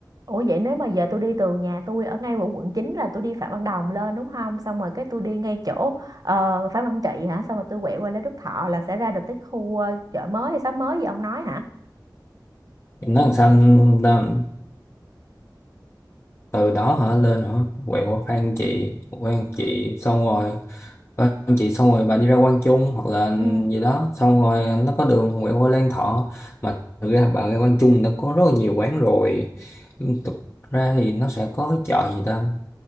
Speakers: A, on the right (about 55°); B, on the left (about 35°).
A: Ủa vậy nếu mà giờ tôi đi từ nhà tôi ở ngay ở quận 9 là tôi đi Phạm Văn Đồng lên đúng không? Xong rồi cái tôi đi ngay chỗ ờ, Phạm Văn Trị hả? Xong rồi tôi quẹo qua Lê Đức Thọ là sẽ ra được cái khu ờ, chợ mới hay xóm mới gì ông nói hả?
B: nó làm sao ta từ đó hả lên hả quẹo qua Phan Chị quan Chị xong rồi Phan Chị xong rồi bà đi ra Quang Trung hoặc là
A: Ừ.
B: gì đó xong rồi nó có đường quẹo qua Lan Thọ mà thực ra bà ra Quang Trung nó có rất là nhiều quán rồi thực ra thì nó sẽ có cái chợ gì ta